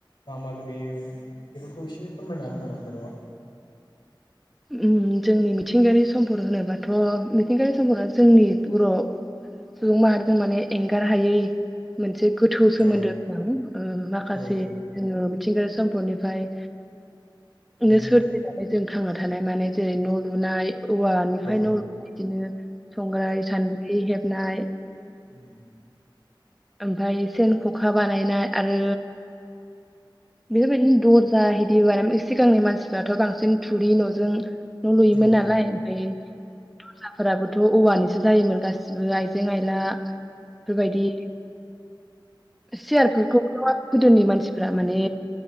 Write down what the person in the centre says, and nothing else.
उम जोंनि मिथिंगायारि सम्पद होनोबाथ' मिथिंगायारि सम्पदा जोंनि बर' सुबुं माहारिजों माने एंगार हायै मोनसे गोथौ सोमोन्दो
जों ओ माखासे
जोङो मिथिंगायारि सोम्पदनिफ्राय
न सुरद <unintelligible> जों थांना था थानाय मानाय जेरै न' लुनाय औवानिफ्राय
न' बिदिनो संग्राय सान्द्रि हेब नाय
ओमफाय सेन, ख'खा बानायनाय आरो बेफोरबायदिनो दर्जा हिदि बानाय सिगांनि मानसिफ्राथ' बांसिन थुरि न'जों न' लुयोमोन
नालाय ओमफाय दर्जाफोराबो थ' औवानिसो जायोमोन गासिबो आइजें-आइला बेफोरबायदि सियारफोरखौथ' गोदोनि मानसिफोरा माने